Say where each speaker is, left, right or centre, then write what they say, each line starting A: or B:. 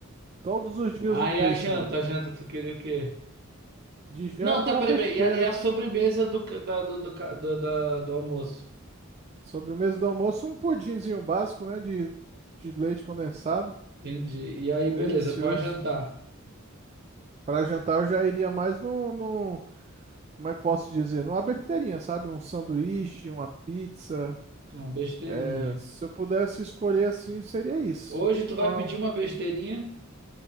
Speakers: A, on the right (about 30°); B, on the right (about 50°).
A: Todos os dias
B: Ah,
A: um
B: e
A: peixe,
B: a janta,
A: mano.
B: a janta, tu queria o quê?
A: De janta,
B: Não, tá,
A: uma
B: peraí,
A: besteira,
B: peraí. E a, e a
A: né?
B: sobremesa do, ca- da, do, do, ca- do, da- do almoço?
A: Sobremesa do almoço, um pudinzinho básico, né? De, de leite condensado.
B: Entendi. E aí, beleza,
A: Delicioso.
B: para jantar.
A: Para jantar, eu já iria mais no no Como é que eu posso dizer? Numa besteirinha, sabe? Um sanduíche, uma pizza.
B: Uma besteirinha.
A: É, Se eu pudesse escolher assim, seria isso.
B: Hoje tu vai
A: Uma-
B: pedir uma besteirinha?